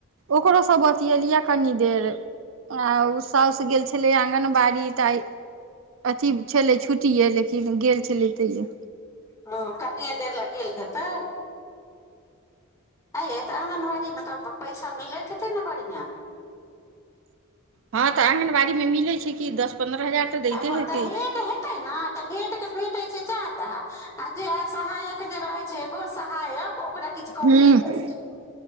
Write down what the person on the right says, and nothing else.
ओकरोसँ बतएेलियै कनि देर आ ओ सासुस गेल छलै आङगनबाड़ी तऽ अथी छलै छुट्टीे लेकिन गेल छलै तऽ तहिए
हँ तऽ आङगनबाड़ी मे मिलैत छै कि दस पन्द्रह हजार तऽ दैते
हेतै
हूँ